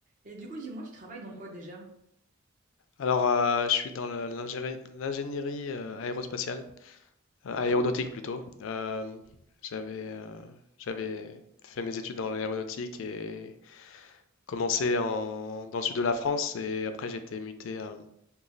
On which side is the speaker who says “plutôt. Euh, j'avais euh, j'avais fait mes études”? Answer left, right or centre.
Left